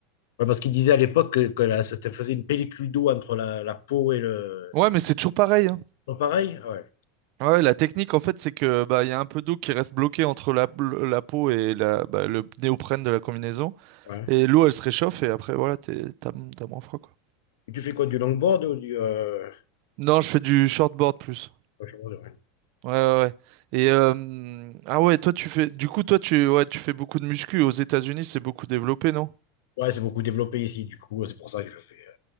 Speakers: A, on the left; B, on the right.
A: Ouais, parce qu'ils disaient à l'époque que, que la- ça te faisait une pellicule d'eau entre la, la peau et le...
B: Ouais, mais c'est toujours pareil, hein.
A: Pas pareil? Ouais,
B: Ouais, la technique, en fait, c'est que bah, il y a un peu d'eau qui reste bloquée entre la, la peau et la, bah, le néoprène de la combinaison.
A: ouais.
B: Et l'eau, elle se réchauffe et après, voilà, t'es- t'as, t'as moins froid, quoi.
A: Et tu fais quoi, du longboard ou du... euh,
B: Non, je fais du shortboard plus.
A: washboard, ouais,
B: Ouais, ouais, ouais. Et euh, ah ouais, toi, tu fais. Du coup, toi, tu, ouais, tu fais beaucoup de muscu. Aux États-Unis, c'est beaucoup développé, non?
A: Ouais, c'est beaucoup développé ici, du coup, c'est pour ça que je fais... euh,